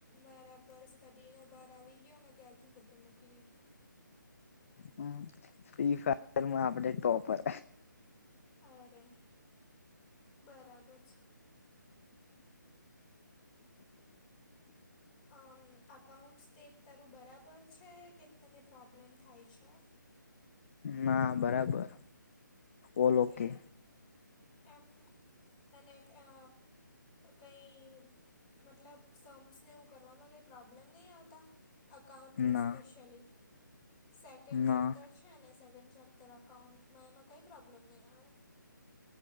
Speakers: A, on the left (about 20°); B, on the left (about 40°).
A: મારા પર સ્ટડી નો ભાર આવી ગયોને ત્યારથી બધું મૂકી દીધું.,
B: હ ફ્રી ફાયર માં આપડે ટોપર,
A: અરે બરાબર છે, અ એકાઉન્ટ્સ તે તારું બરાબર છે, કે તને પ્રોબ્લેમ થાય છે.,
B: ના બરાબર ઓલ ઓકે,
A: કે એમ તને એક હ હ, કંઈ મતલબ સમ્સને એવું કરવામાં કંઈ પ્રોબ્લેમ નહીં આવતા,, અકાઉન્ટમાં
B: ના
A: સ્પેશિયલી સેકન્ડ
B: ના
A: ચેપ્ટર હે ને સેકન્ડ ચેપ્ટર અકાઉન્ટમાં એમાં કંઈ પ્રોબ્લેમ નહીં આવે.,